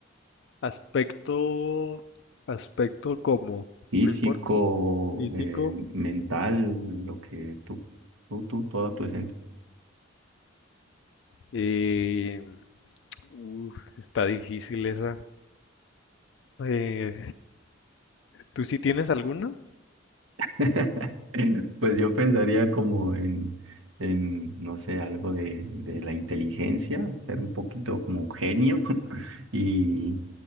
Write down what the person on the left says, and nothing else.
aspecto, aspecto como,
no importa, físico.
Eh, uf, está difícil esa. Eh, ¿tú sí tienes alguna?